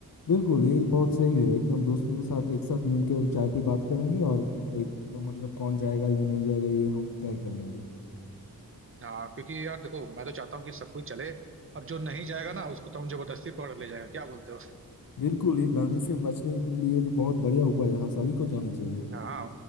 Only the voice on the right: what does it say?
हाँ क्योंकि यार देखो मैं तो चाहता हूँ कि सब कोई चले और जो नहीं जाएगा ना उसको तो हम जबरदस्ती पकड़ ले जाएंगे क्या बोलते हो
<laughs>
हाँ